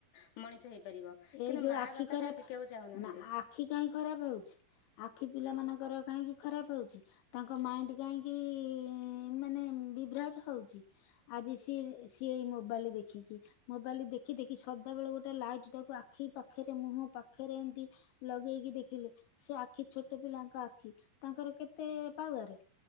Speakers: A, on the left; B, on the left.
A: ମ ମଣିଷ ହେଇପାରିବ
B: ଏଇ
A: କିନ୍ତୁ
B: ଯୋଉ
A: ମା
B: ଆଖି
A: ବାପା
B: ଖରାପ
A: ସେରା ଶିକେଇବାକୁ ଚାହୁଁନାହାନ୍ତି।
B: ମା- ଆଖି କାହିଁ ଖରାପ ହୋଉଚି? ଆଖି ପିଲାମାନଙ୍କର କାହିଁକି ଖରାପ ହୋଉଚି? ତାଙ୍କ ମାଇଣ୍ଡ କାହିଁକିଇଁ ମାନେ ବିଭ୍ରାଟ ହଉଚି। ଆଜି ସି ସିଏ ଏଇ ମୋବାଇଲ ଦେଖିକି ମୋବାଇଲ ଦେଖି ଦେଖି ସଦାବେଳେ ଗୋ ଟେ ଲାଇଟ୍ ଟାକୁ ଆଖି ପାଖରେ ମୁହଁ ପାଖରେ ଏଣଁତି ଲଗେଇକି ଦେଖିଲେ ସେ ଆଖି ଛୋଟ ପିଲାଙ୍କ ଆଖି ତାଙ୍କର କେତେ ପାୱାରେ?